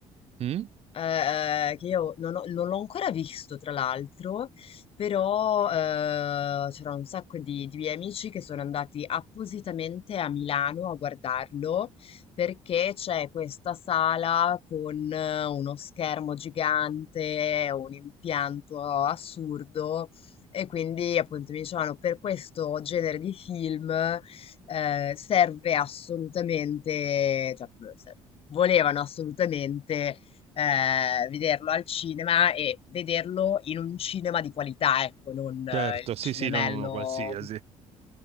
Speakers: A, on the right (about 60°); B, on the left (about 55°).
A: Mm?
B: ehm, che io non ho non l'ho ancora visto tra l'altro, però, ehm, c'era un sacco di di miei amici che sono andati appositamente a Milano a guardarlo, perché c'è questa sala con eh, uno schermo gigante, un impianto assurdo e quindi appunto mi dicevano per questo genere di film, eh, serve assolutamente, cioè per loro serve- volevano assolutamente ehm, vederlo al cinema e vederlo in un cinema di qualità, ecco, non
A: Certo,
B: eh, il
A: sì,
B: cinemello
A: sì, non uno qualsiasi.